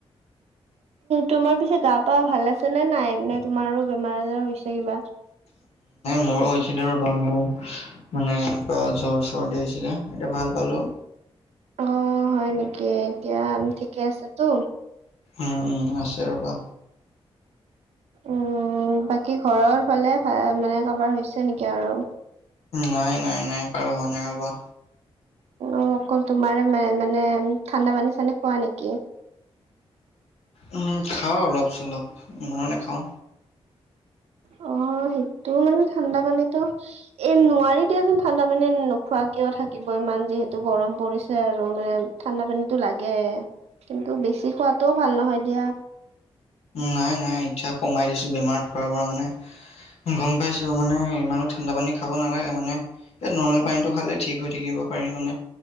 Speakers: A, on the right; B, on the left.
A: তোমাৰ পিছে গা-পা ভাল আছে নে নাই নে তোমাৰো বেমাৰ-আজাৰ হৈছে কিবা
B: মোৰো হৈছিলে ৰবা ম‌ও মানে এনেকুৱা জ্বৰ-চৰ্দি হৈছিলে এতিয়া ভাল পালো
A: অ, হয় নেকি এতিয়া ঠিকে আছেতো
B: উম, উম, আছে ৰ'বা
A: উম, বাকী ঘৰৰ ফালে ভ মানে কাৰোবাৰ হৈছে নেকি আৰু
B: নাই, নাই, নাই কাৰো হোৱা নাই ৰবা
A: অ, অকল তোমাৰে মানে মানে ঠাণ্ডা পানী-চানী খোৱা নেকি
B: উম খাও অলপ-চলপ ইমানো নাখাও
A: অ, সেইটো মানে ঠাণ্ডা পানীতো এ নোৱাৰি দিয়াচোন ঠাণ্ডা পানী নোখোৱাকে থাকিব ইমান যিহেতু গৰম পৰিছে আৰু মানে ঠাণ্ডা পানীটো লাগে কিন্তু বেছি খোৱাতটোও ভাল নহয় দিয়া।
B: নাই নাই ইতা কমাই দিছো বেমাৰত পৰাৰপৰা মানে গম পাইছো মানে ইমানো ঠাণ্ডা পানী খাব নালাগে মানে নৰ্মেল পানীটো খালে ঠিক হৈ থাকিব পাৰি মানে।